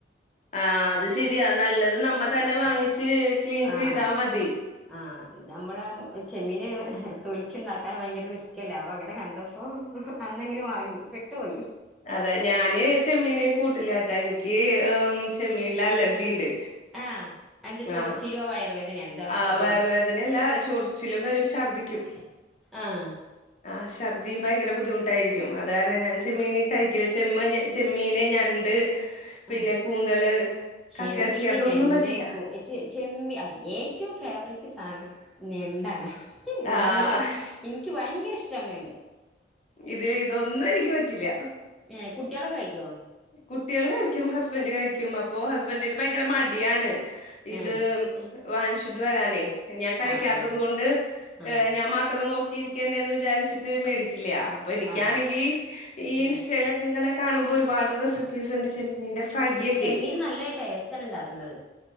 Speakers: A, on the left (about 40°); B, in the centre.
A: ആഹ് അത് ശരിയാ നല്ലത് നമ്മ തന്നെ വാങ്ങിച്ച് ക്ലീൻ
B: ആഹ്
A: ചെയ്താ മതി
B: ആഹ് ഇത് നമ്മളെ ചെമ്മീന് തൊലിച്ചുണ്ടാക്കാൻ ഭയങ്കര റിസ്‌ക്കല്ലേ അപ്പൊ അങ്ങനെ കണ്ടപ്പോ അന്നങ്ങനെ വാങ്ങി പെട്ടുപോയി
A: അതെ ഞാന് ചെമ്മീന് കൂട്ട് ട്ടില്ലാട്ടാ എനിക്ക് ചെമ്മീൻല് അലർജിണ്ട്
B: ആഹ് എന്താ ചൊറിച്ചിലോ
A: ആഹ്
B: വയറുവേദനയൊ എന്താ
A: ആഹ്
B: വരല്ലോ
A: വയറുവേദനയല്ല ചൊറിച്ചിലും വരും ഛർദിക്കും
B: ആഹ്
A: ആഹ് ഛർദിയും ഭയങ്കര ബുദ്ധിമുട്ടായിരിക്കും അത് കാരണം ഞാൻ ചെമ്മീനി കഴിക്കില്ല ചെമ്മ് ചെമ്മീന് ഞണ്ട് പിന്നെ
B: ആഹ്
A: കൂന്തള്
B: ചെമ്മീന്
A: കക്കയിറച്ചി അതൊന്നും
B: ഞണ്ട്
A: പറ്റില്ല
B: കു ചെ ചെമ്മി ഏറ്റവും ഫേവറേറ്റ് സാധനം ഞണ്ടാണ് ഞണ്ട്
A: ആഹ്
B: എനിക്ക് ഭയങ്കര ഇഷ്ടാണ് ഞണ്ട്
A: ഇത് ഇതൊന്നും എനിക്ക് പറ്റില്ല
B: ഏഹ് കുട്ട്യേളൊക്കെ കഴിക്കോ
A: കുട്ട്യേള് കഴിക്കും ഹസ്ബന്റ് കഴിക്കും അപ്പൊ ഹസ്ബന്റിന് ഭയങ്കര മടിയാണ് ഇത്
B: ഏഹ്
A: വാങ്ങിച്ചൊണ്ട് വരാന് ഞാൻ കഴിക്കാത്തത്
B: ആഹ് ആഹ്
A: കൊണ്ട്
B: ആഹ്
A: ഞാൻ മാത്രം നോ ക്കി ഇരിക്കണ്ടേന്ന് വിചാരിച്ചിട്ട് മേടിക്കില്ല അപ്പൊ എനിക്കാണെങ്കി
B: ആഹ്
A: ഈ ഇൻസ്റ്റയിലൊക്കെ
B: ആഹ്
A: ഇങ്ങനെ കാണുമ്പോ ഒരുപാട് റെസിപ്പീസ്ണ്ട് ചെമ്മീന്റെ ഫ്രൈ ഒക്കെ
B: ചെമ്മീന് നല്ല ടേസ്റ്റന്നെ ഇണ്ടാക്ക്ണ്ടത്